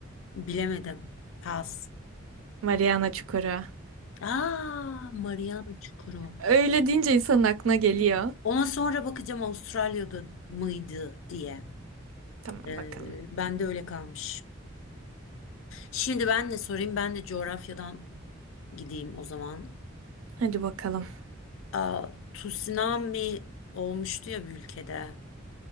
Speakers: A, on the left; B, on the right.
A: Bilemedim. Pas.
B: Mariana Çukuru.
A: Aa, Mariana Çukuru.
B: Öyle deyince insanın aklına geliyor.
A: Ona sonra bakacağım Avustralya'da mıydı diye.
B: Tamam
A: Ee,
B: bakalım.
A: ben de öyle kalmış. Şimdi ben de sorayım. Ben de coğrafyadan gideyim o zaman.
B: Hadi bakalım.
A: Aa, tsunami olmuştu ya bir ülkede.